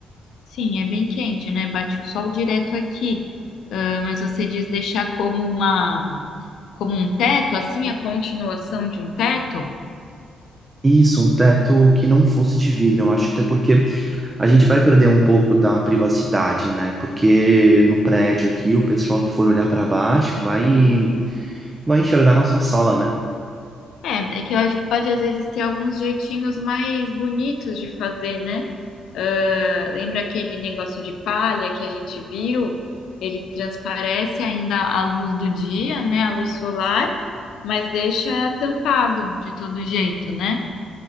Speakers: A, on the left; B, on the right.
A: Sim, é bem quente, né? Bate o sol direto aqui. Ah, Mas você diz deixar como uma, como um teto, assim, a continuação de um teto?
B: Isso, um teto que não fosse de vidro, eu acho, até porque A gente vai perder um pouco da privacidade, né? Porque no prédio aqui, o pessoal que for olhar para baixo vai, vai enxergar nossa sala, né?
A: É, é que eu acho que pode às vezes ter alguns jeitinhos mais bonitos de fazer, né? Ah, lembra aquele negócio de palha que a gente viu? Ele transparece ainda a luz do dia, né? A luz solar, mas deixa tampado de todo jeito, né?